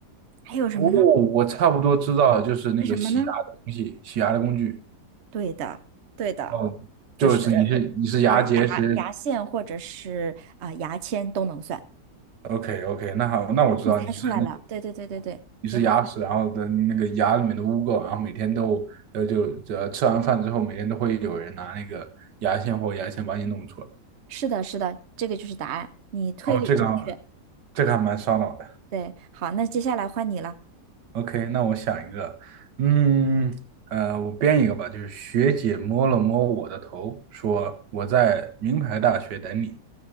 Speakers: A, on the right; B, on the right.
A: 还有什么呢？
B: 哦，我差不多知道了，就是那个洗牙的东西，
A: 是什么呢？
B: 洗牙的工具。
A: 对的，对的，
B: 哦，
A: 就是
B: 就是你是你是牙结石
A: 就是牙牙线或者是啊、呃牙签都能算。
B: ，OK OK，那好，那我知道你是那个
A: 你猜出来了，对对对对对，
B: 你是牙齿，
A: 挺好。
B: 然后的那个牙里面的污垢，然后每天都呃就呃吃完饭之后，每天都会有人拿那个牙线或牙签把你弄出来，
A: 是的，是的，这个就是答案，你推理正确。
B: 哦，这个这个还蛮烧脑的。
A: 对，好，那接下来换你了，
B: OK，那我想一个，嗯，呃，我编一个吧，就是学姐摸了摸我的头，说我在名牌大学等你。